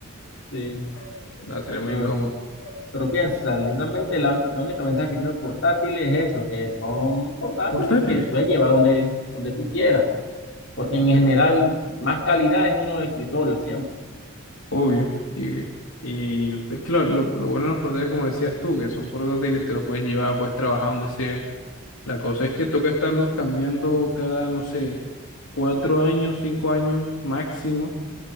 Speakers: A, on the left; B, on the left.
A: sí,
B: Va a ser
A: pero,
B: muy incómodo.
A: pero pienso, o sea, literalmente la, la única ventaja que tiene un portátil es eso, que son portátiles
B: Portátiles,
A: que puedes llevar donde, donde tú quieras, porque
B: literal.
A: en general más calidad es uno de escritorio siempre.
B: Obvio. Y, y es que lo, lo- lo bueno de los portátiles, como decías tú, que son portátiles, te los puedes llevar, puedes trabajar donde sea. La cosa es que toca estarlos cambiando cada, no sé, cuatro años, cinco años máximo,